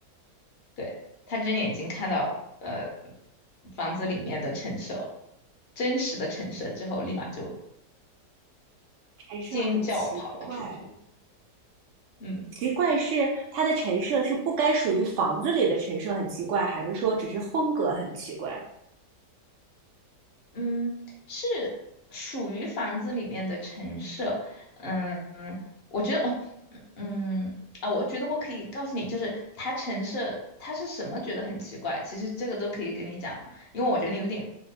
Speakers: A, on the left; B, on the right.
A: 对，他睁眼睛看到呃房子里面的陈设，真实的陈设之后，立马就
B: 陈设很奇怪，
A: 尖叫跑了出去。嗯
B: 奇怪是它的陈设是不该属于房子里的陈设很奇怪，还是说只是风格很奇怪？
A: 嗯，是属于房子里面的陈设。嗯嗯，我觉得我嗯啊，我觉得我可以告诉你，就是它陈设它是什么，觉得很奇怪。其实这个都可以跟你讲，因为我觉得你有点